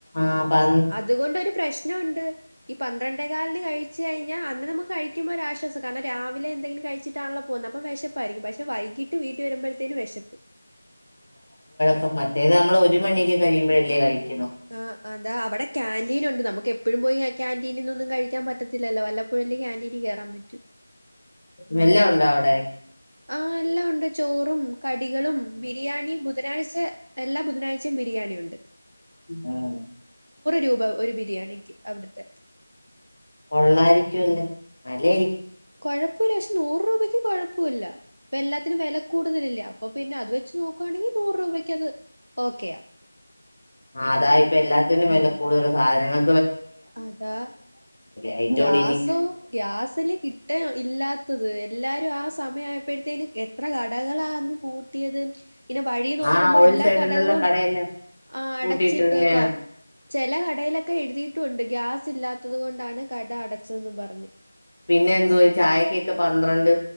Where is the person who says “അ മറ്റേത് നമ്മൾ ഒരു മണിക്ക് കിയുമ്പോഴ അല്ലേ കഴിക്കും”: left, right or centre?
Left